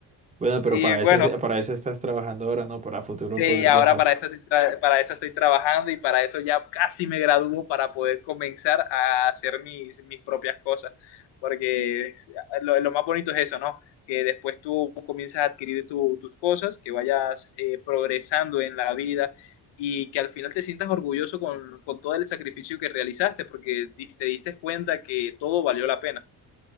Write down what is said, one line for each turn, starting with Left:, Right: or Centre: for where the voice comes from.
Right: Bueno, pero
Left: Y
Right: para
Left: bueno.
Right: eso, se- para eso estás trabajando ahora, ¿no? Para futuro
Left: Sí,
Right: poder
Left: ahora
Right: viajar.
Left: para esto estoy tra- para eso estoy trabajando y para eso ya casi me gradúo para poder comenzar a hacer mis, mis propias cosas. Porque lo, lo más bonito es eso, ¿no? Que después tú comienzas a adquirir tu- tus cosas, que vayas eh, progresando en la vida y que al final te sientas orgulloso con, con todo el sacrificio que realizaste, porque di- te diste cuenta que todo valió la pena.